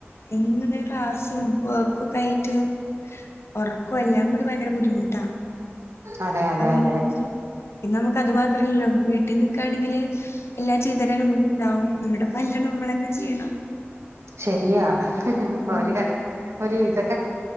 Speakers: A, on the left; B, on the right.
A: ഇന്ന് ക്ലാസും വെക് ക്കൊക്കെ ആയിട്ട് ഉറക്കൊ എല്ലാ കൂടി ഭയങ്കര ബുദ്ധിമുട്ടാ
B: അതെ അതെ
A: അങ്ങനെ
B: അതെ
A: ജീ പിന്നെ നമക്ക് അത് മാത്രല്ലല്ലോ വീട്ടിൽ നിക്കാണെങ്കില് എല്ലാ ചെയ്തരാനും ഉമ്മ ഇണ്ടാവും ഇവിടെപ്പല്ലാ മ്മളന്നെ ചെയ്യണം
B: ശരിയാ അപ്പൊ
A: ആഹ്
B: അവര് ക ഒരു ഇതൊക്കെ